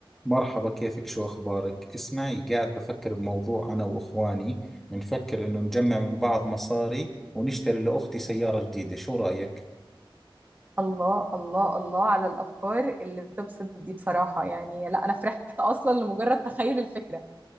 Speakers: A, in the centre; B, on the right.
A: مرحبا كيفك شو أخبارك؟ اسمعي قاعد بفكر بموضوع أنا وإخواني بنفكر إنه نجمع من بعض مصاري ونشتري لأختي سيارة جديدة شو رأيك؟
B: الله الله الله على الافكار اللي تبسط دي بصراحه يعني لا انا فرحت اصلا لمجرد تخيل الفكره